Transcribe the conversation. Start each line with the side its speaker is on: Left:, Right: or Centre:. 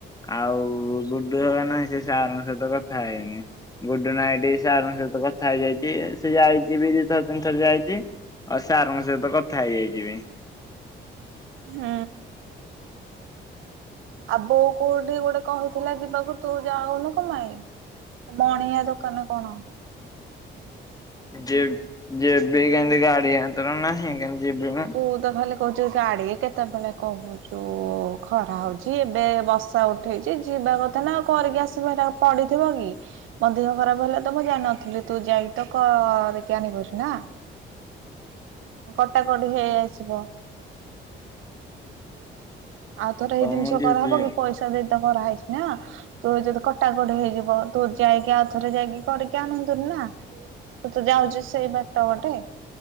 Left: ଆଉ ଗୁଡ଼ୁ ହେକା ନାଇଁ ସେ ସାରଙ୍କ ସହ କଥା ହେଇନି। ଗୁଡ ନାଇଟ୍ ସାର ଙ୍କ ସହିତ କଥା ହେଇଯାଇଚି ସେ ଯାଇଚି ବି ଥର ତିନିଥର ଯାଇଚି ଆଉ ସାର୍ ଙ୍କ ସହିତ କଥା ହେଇଯାଇଚି ବି।
Right: ହୁଁ। ଆ ବୋଉ କୋଉଠି ଗୋଟେ କହିଥିଲା ଯିବାକୁ ତୁ ଯାଉନୁ କମ୍ପାଇ? ମଣିଆ ଦୋକାନ କଣ।
Left: ଯେ ଯିବି କେନ୍ତି ଗାଡ଼ି ହାତର ନାହିଁ କେନ୍ତି ଯିବି ମ।
Right: ତୁ ତ ଖାଲି କହୁଚୁ ଗାଡି କେତେବେଳେ କହୁନି ଯଉ ଖରା ହଉଚି ଏବେ ବର୍ଷା ଉଠେଇଚି ଯିବା କଥା ନା କରିକି ଆସିବୁ ହେରା ଆଉ। ପଡ଼ିିଥିବ କି? ମୋ ଦେହ ଖରାପ ହେଲା ତ ମୁଁ ଜାନଥିଲି ତୁ ଯାଇକି ତ କରିକି ଆଣିିବାରୁ ନା। କଟାକଟି ହେଇ ଆସିବ। ଆଉ ଥର ଏଇ ଜିନିଷ
Left: ମୁଁ ଯିବି
Right: କରାହବ କି ପଇସା ଦେଇ ତ କରାହେଇଚି ନା। ତୁ ଯଦି କଟାକଟି ହେଇଯିବ ତୁ ଯାଇକି ଆଉଥରେ ଯାଇକି କରିକି ଆଣନ୍ତୁନି ନା। ତ ତୁ ଯାଉଚୁ ସେଇ ବାଟ ପଟେ।